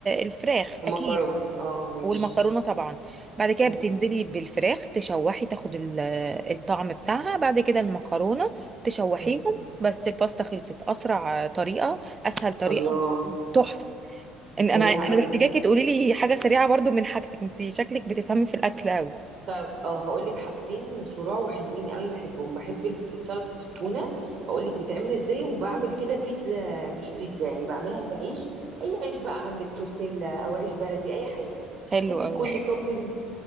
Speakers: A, on the right; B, on the right.
A: الفراخ
B: المكرونه
A: اكيد
B: اه ماشي
A: والمكرونه طبعا بعد كده
B: امم
A: بتنزلي بالفراخ تشوحي تاخد ال- الطعم بتاعها بعد كده المكرونه تشوحيهم
B: امم
A: بس الباستا خلصت اسرع طريقه اسهل طريقه
B: الله
A: تحفه
B: دي
A: ان انا
B: سريعه
A: انا
B: قوي
A: محتاجاكي تقولي لي حاجه سريعه برضو من حاجتك انت شكلك بتفهمي في الاكل قوي
B: طب اه هقول لك حاجتين صراع وحلوين قوي بحبهم بحب الت- سلطة التونة هقول لك بتعمل ازاي وبعمل كده بيتزا مش بيتزا يعني بعملها بعيش اي عيش بقى عندك تورتيلا او عيش بلدي اي حاجة
A: حلو
B: هاتي
A: قوي
B: كل توبينجز